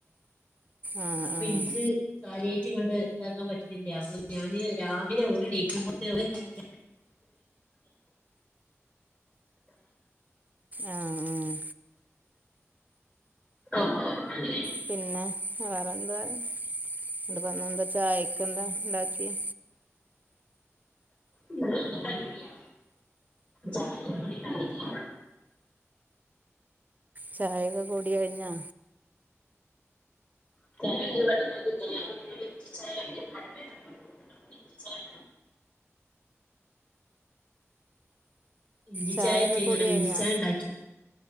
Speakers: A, on the right; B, on the left.
A: ആഹ്
B: അപ്പൊ
A: ആഹ്
B: എനിക്ക്. കാര്യായിട്ട് ഇങ്ങണ്ട് ഇതാക്കാൻ പറ്റണില്ല. അപ്പൊ ഞാന് രാവിലെ അവിടെ <unintelligible>
A: ആഹ് മ്ഹ്
B: ഓഹോ അല്ലേ
A: പിന്നെ വേറെ എന്താ <unintelligible> ചായക്ക് എന്താ ഇണ്ടാക്കിയെ
B: ഇന്ന് ഒന്നും ഉണ്ടാക്കിയിട്ടില്യാ. ചായക്കുള്ള കടി ഉണ്ടാക്കിയിട്ടില്ല.
A: ചായേക്ക കൂടി കഴിഞ്ഞാ
B: <unintelligible> ഇഞ്ചി
A: ചായയൊക്കെ
B: ചായ ഇട്ട് കഴിഞ്ഞു
A: കൂടി
B: ആണോ
A: കഴിഞ്ഞാ
B: ഇഞ്ചി ചായ ഇണ്ടാക്ക്യോ?